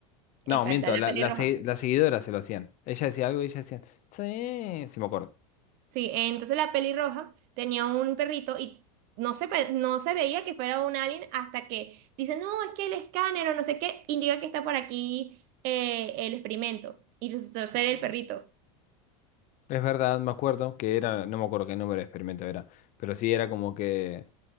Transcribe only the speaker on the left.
No,
miento,
la,
la, se- la seguidora se lo hacían. Ella decía algo y ella decía, sí. Sí, me acuerdo.
Es verdad, me acuerdo que era, no me acuerdo qué número de experimento era, pero sí era como que...